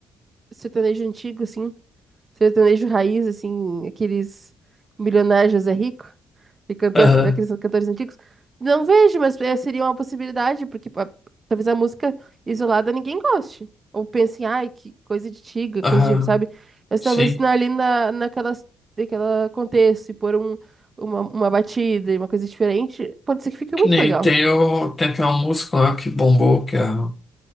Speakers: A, on the right; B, on the left.
A: sertanejo antigo, assim. Sertanejo raiz, assim, aqueles milionários José Rico e cantor,
B: Aham,
A: aqueles cantores antigos. Não vejo, mas eh, seria uma possibilidade, porque pa- talvez a música isolada ninguém goste. Ou pense, ai, que coisa de tiga,
B: aham,
A: coisa de, sabe? Mas
B: sim.
A: talvez na- ali na, naquelas, naquela contexto e pôr um, uma, uma batida e uma coisa diferente, pode ser que fique muito
B: Que nem
A: legal.
B: tem, o, tem aquela música lá que bombou, que, a,